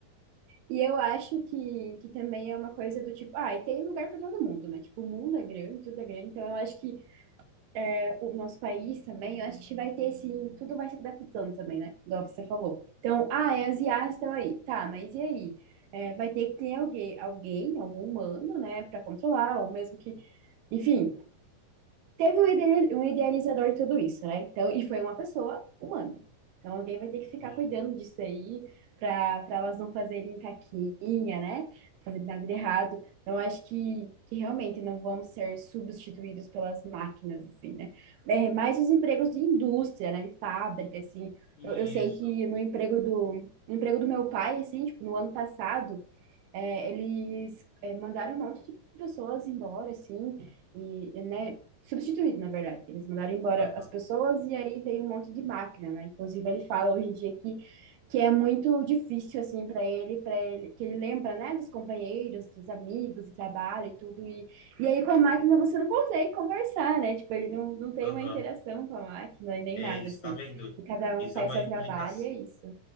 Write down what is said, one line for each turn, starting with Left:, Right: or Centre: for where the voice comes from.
Right: e eu acho que, que também é uma coisa do tipo, ah, e tem lugar para todo mundo, né? Tipo, o mundo é grande, tudo é grande. Então, eu acho que é, o nosso país também, eu acho que vai ter sim tudo vai se adaptando também, né? Igual você falou. Então, ah, é asiático estão aí. Tá, mas e aí? É, vai ter que ter alguém, alguém, algum humano, né, para controlar, ou mesmo que, enfim. teve um ideali- um idealizador de tudo isso, né? Então, e foi uma pessoa humana. Então, alguém vai ter que ficar
Left: Sim.
Right: cuidando disso aí para para elas não fazerem caquinha, né? Não Fazerem nada de errado. Então, acho que, que realmente não vão ser substituídos pelas máquinas, assim, né? É, mais os empregos de indústria, né? De fábrica, assim.
Left: Isso.
Right: Eu, eu sei que no emprego do, no emprego do meu pai, assim, tipo, no ano passado, é, eles é, mandaram um monte de pessoas embora, assim, e, e, né, substituído, na verdade. Eles mandaram embora
Left: Aham,
Right: as pessoas e aí veio um monte de máquina, né? Inclusive, ele fala hoje em dia que, que é muito difícil, assim, para ele, para ele, que ele lembra, né, dos companheiros, dos amigos, do trabalho e tudo. E, e aí, com a máquina, você não consegue conversar, né? Tipo, ele não, não tem
Left: aham.
Right: uma interação com a máquina e nem
Left: É
Right: nada,
Left: isso,
Right: assim.
Left: tá vendo?
Right: E cada
Left: Isso
Right: um faz
Left: é uma
Right: seu
Left: implica...
Right: trabalho e é isso.